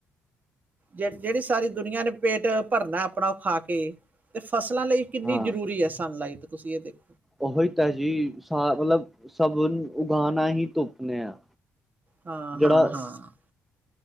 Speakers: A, on the right; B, in the centre.
A: ਜਿਹੜੀ ਸਾਰੀ ਦੁਨੀਆ ਨੇ ਪੇਟ ਭਰਨਾ ਆਪਣਾ ਉਹ ਖਾ ਕੇ ਤੇ ਫਸਲਾਂ ਲਈ ਕਿੰਨੀ
B: ਹਾਂ
A: ਜ਼ਰੂਰੀ ਹੈ। ਸਨ ਲਈਟ ਤੁਸੀਂ ਇਹ ਦੇਖੋ।
B: ਉਹੀ ਤਾਂ ਜੀ ਮਤਲਬ ਸਬ ਨੂੰ ਉਗਾਉਣਾ ਹੀ ਤੁੁੱਪਨੇ ਆ।
A: ਹਾਂ
B: ਜਿਹੜਾ
A: ਹਾਂ ਹਾਂ